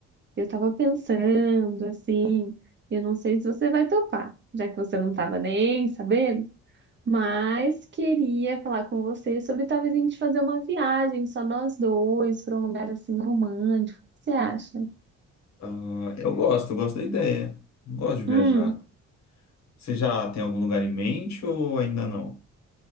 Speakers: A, on the right; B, on the left.
A: eu tava pensando assim, eu não sei se você vai topar, já que você não tava nem sabendo. Mas queria falar com você sobre talvez a gente fazer uma viagem, só nós dois, para um lugar assim romântico. O que você acha?
B: Ah, eu gosto, eu gosto da ideia. Gosto de viajar.
A: Hum,
B: Você já tem algum lugar em mente ou ainda não?